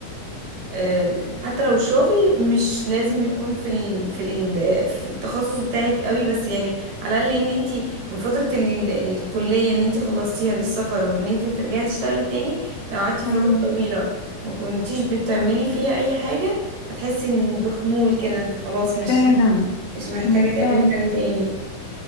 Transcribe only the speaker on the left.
امم
فعلا
امم
فعلا